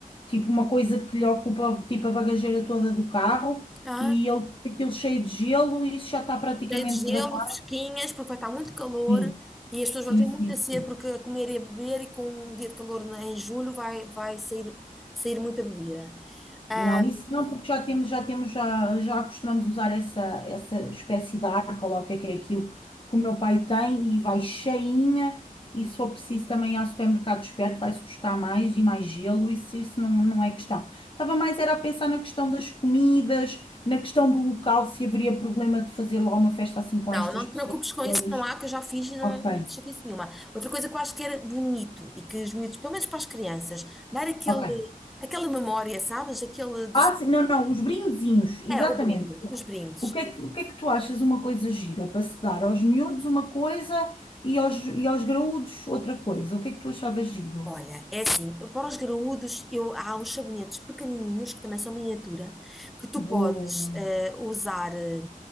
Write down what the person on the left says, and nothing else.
tipo uma coisa que lhe ocupa tipo a bagageira toda do carro,
e ele tem aquilo cheio de gelo e isso já está praticamente
tratado.
Sim,
sim,
sim.
sim.
Não, isso não, porque já temos, já temos, já, já costumamos usar essa, essa espécie de arca, ou lá o que é que é aquilo que o meu pai tem e vai cheinha. E se for preciso também há supermercados perto, vai-se buscar mais e mais gelo, isso, isso não, não é questão. Estava mais era a pensar na questão das comidas, na questão do local, se haveria problema de fazer lá uma festa assim com
estas
pessoas
todas.
Ok,
ok.
Ah, sim, não, não, os brindezinhos, exatamente.
O que é que, o que é que tu achas uma coisa gira para se dar aos miúdos uma coisa e aos, e aos graúdos outra coisa? O que é que tu achavas giro?
Boa.